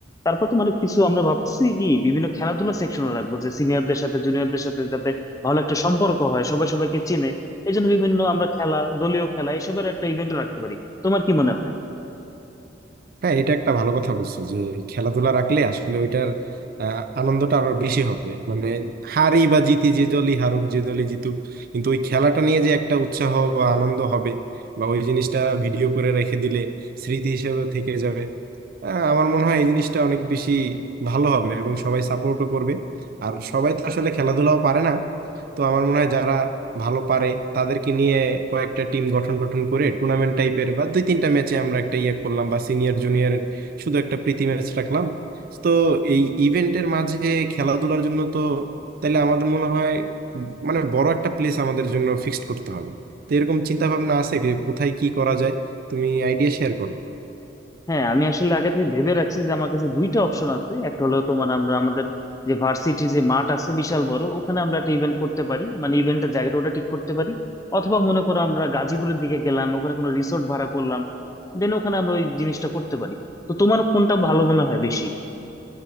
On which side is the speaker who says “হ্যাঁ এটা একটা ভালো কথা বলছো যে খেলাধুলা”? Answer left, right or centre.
Right